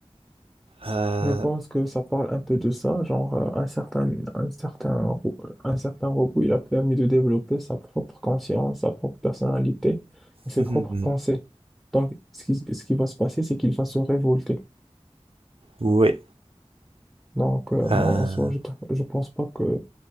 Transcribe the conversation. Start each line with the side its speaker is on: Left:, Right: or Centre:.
Right: Euh...
Centre: Je pense que ça parle un peu de ça, genre euh, un certain, un certain, ro- un certain robot, il a permis de développer sa propre conscience, sa propre personnalité, et ses
Right: mhm,
Centre: propres
Right: mhm.
Centre: pensées. Donc, ce qui, ce qui va se passer, c'est qu'il va se révolter.
Right: Oui.
Centre: Donc, euh, moi,
Right: Euh...
Centre: en soi, je, t- je pense pas que